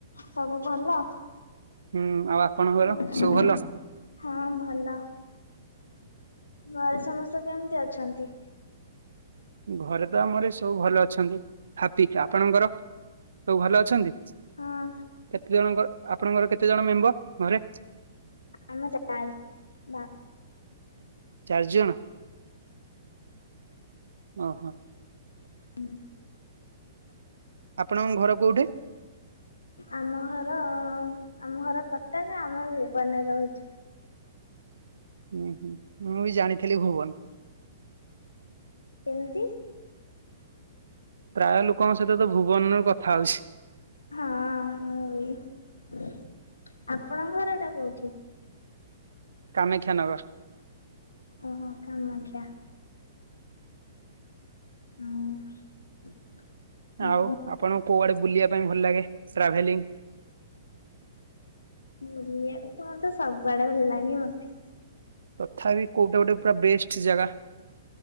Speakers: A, on the left; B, on the right.
A: ସବୁ ଭଲ?
B: ହୁଁ ଆଉ ଆପଣଙ୍କର
A: <inaudible>
B: ସବୁ ଭଲ?
A: ହଁ ଭଲ। ଘରେ ସମସ୍ତେ କେମିତି ଅଛନ୍ତି?
B: ଘରେ ତ ଆମର ବି ସବୁ ଭଲ ଅଛନ୍ତି। ହାପିକ ଆପଣଙ୍କର ସବୁ ଭଲ ଅଛନ୍ତି
A: ହଁ
B: କେତେ ଜଣଙ୍କ ଆପଣଙ୍କର କେତେ ଜଣ ମେମ୍ବର ଘରେ?
A: ଆମ ଚାରି ବା
B: ଚାରି ଜଣ। ଓ ହୋ
A: ହୁଁ।
B: ଆପଣଙ୍କ ଘର କୋଉଠି?
A: ଆମ ଘର ଆମ ଘର କଟକ ଆମେ ଭୁବନରେ ରହୁଛୁ।
B: ହୁଁ ହୁଁ ମୁଁ ବି ଜାଣିଥିଲି ଭୁବନ।
A: କେମିତି?
B: ପ୍ରାୟ ଲୋକଙ୍କ ସହିତ ତ ଭୁବନରୁ କଥା ହଉଛି।
A: ହଁ <unintelligible> ଆପଣଙ୍କ ଘର ଟା କୋଉଠି?
B: କମେକ୍ଷ୍ୟା ନଗର।
A: ଓହୋ କାମାଖିଆ। ଆଉ
B: ଆଉ
A: କଣ?
B: ଆପଣଙ୍କୁ କୋଉଆଡେ ବୁଲିବା ପାଇଁ ଭଲ ଲାଗେ ଟ୍ରାଭେଲିଙ୍ଗ?
A: ବୁଲିବାକୁ ତ ମତେ ସବୁଆଡେ ଭଲ ଲାଗେ ମତେ
B: ତଥାପି କୋଉଟା ଗୋଟେ ପୁରା ବେଷ୍ଟ ଜାଗା।